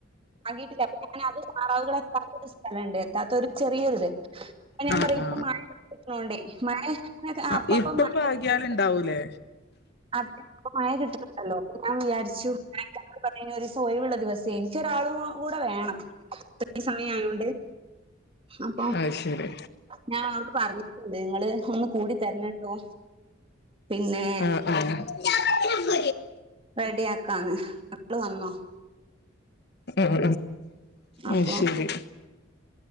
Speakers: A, on the right (about 30°); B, on the left (about 55°).
A: പാകീട്ടില്ല അപ്പ ഞാനത് താറാവുകളെ <unintelligible> സ്ഥലം ണ്ട് എത്താത്തൊരു ചെറിയൊരു ഇത് അപ്പ ഞാൻ
B: ആ
A: പറയും ഇപ്പ
B: ആ
A: മഴണോണ്ടേ മഴ
B: ആ
A: അപ്പപ്പ
B: ഇപ്പം
A: മഴ <inaudible> <unintelligible>
B: പാകിയാലുണ്ടാവൂലേ
A: അപ്പോ മഴ കിട്ടണ്ടല്ലോ അപ്പോ ഞാൻ വിചാരിച്ചു ഞാ <inaudible> പറഞ്ഞ ഒരു ദിവസം ഒഴിവുള്ള ദിവസേ എനിക്ക് ഒരാളും കൂടെ വേണം ഇത്രയും സമയയൊണ്ട് അപ്പോം
B: അയ് ശെരി
A: ഞാൻ അവർക്ക് പറഞ്ഞിട്ടുണ്ട് നിങ്ങള് ഒന്ന് കൂടി തരണം ട്ടോ പിന്നെ
B: ആ ആ ഉം
A: റെഡി ആക്കാന്ന് ആള് വന്നോ
B: ഉം
A: അപ്പൊ
B: ഉം ശെരി